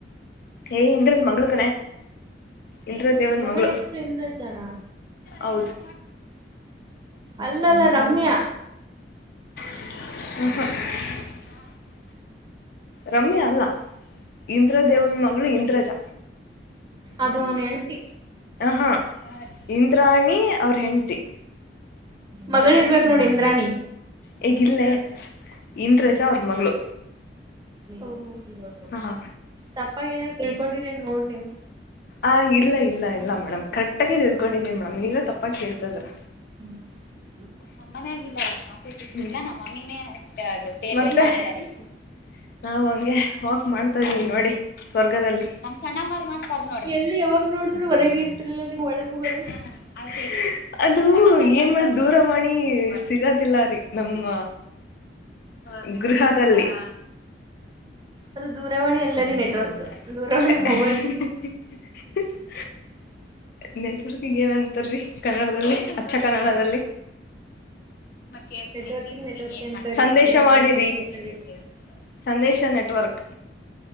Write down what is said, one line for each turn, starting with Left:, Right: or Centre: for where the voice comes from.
Left: ಏ ಇಂದ್ರನ್ ಮಗಳ್ ಕಣೆ ಇಂದ್ರ ದೇವನ್
Right: ಮಗಳ
Left: ಮಗಳು
Right: ಹೆಷ್ಟರು ಎಂದ್ರ ಜಾನ
Left: ಹೌದು
Right: ಅಲ್ಲ ಅಲ್ಲ ರಮ್ಯಾ
Left: ಹಹ ರಮ್ಯಾ ಅಲ್ಲ ಇಂದ್ರ ದೇವನ್ ಮಗಳು ಇಂದ್ರಜ
Right: ಅದು ಅವನು ಹೆಣತಿ
Left: ಹ ಹಾ ಇಂದ್ರಾಣಿ ಅವ್ರ ಹೆಂಡತಿ
Right: ಮಗಳ ಇರ್ಬೇಕಕ್ ನೋಡಿ ಇಂದ್ರಾಣಿ
Left: ಹೇಗಿಲ್ಲೇ ಇಂದ್ರಜ ಅವ್ರ ಮಗಳು
Right: ಹ
Left: ಹಾ
Right: ತಪ್ಪಾಗ ಏನಾದರು ತಿಳ್ಕೊಂಡಿರೆ ನ್ ನೋಡ್ ನೀವ್
Left: ಆ ಇಲ್ಲ ಇಲ್ಲ ಇಲ್ಲ ಮೇಡಮ್ ಕರೆಕ್ಟ್ ಆಗೇ ತಿಳ್ಕೊಂಡಿದ್ದೀ ಮೇಡಮ್ ನೀವೆ ತಪ್ಪ ಕೇಳ್ತಯಿದ್ರಾ
Right: ಹ್ಮ್
Left: ನಮ್ಮನ ಆಗಿಲ್ಲ ರೀ ಆಸೆ ಸಿಷ್ಟಿಲ್ಲ ನಮ್ಮಮ್ಮಿನೇ ತ್ತ
Right: ಏನ್ ಮಾಡಕತ್ತೀರಿ
Left: ನಾವವು ಹಂಗೆ ವಾಕ್ ಮಾಡ್ತಾ ಇದೀವಿ ನೋಡಿ ಸ್ವರ್ಗದಲ್ಲಿ ನಮ ಸಣ್ಣಮ್ಮಾರ್ ಮಾಡ್ತಾರ ನೋಡ್ರಿ
Right: ಎಲ್ಲಿ ಯಾವಾಗ ನೋಡಿದ್ರು ಹೊರಗೆ ಇರ್ತಿರ್ಲಿಲ್ಲ ನೀವು ಒಳಗ ಹೋಗದೆ
Left: ಹ ಆಯ್ತ ಅದು ಏನ್ ದೂರ ಮಾಡಿ ಸಿಗದಿಲ್ಲ ರೀ ನಮ್ಮ ಅ ಗೃಹದಲ್ಲಿಯ
Right: ಅದು ದೂರವಾಣಿ ಅಲ್ಲರಿ ನೆಟ್ವರ್ಕ್
Left: <inaudible>
Right: ದೂರವಾಣಿ ಮೊಬೈಲ್ <inaudible>
Left: ನಿೆಲ್ದುರ್ಗಿಗ ಏನಂತರರಿ ಕನ್ನಡದಲ್ಲಿ ಅಚ್ಚ ಕನ್ನಡದಲ್ಲಿ ಕೇಳ್ತನಿ
Right: ನೆಟ್ವರ್ಕಿಂಗ್
Left: ಎರಿ
Right: ನೆಟ್ವರ್ಕ್
Left: ಏನ್
Right: ಅಂತಾರೀ
Left: ಸಂದೇಶ
Right: ಅದಕ್ಕಿನ್ನ ಕನ್ನಡದಾಗ
Left: ಮಾಡಿರಿ ಹ
Right: ಹಾಕೊಂಡಿ
Left: ಸಂದೇಶ ನೆಟ್ವರ್ಕ್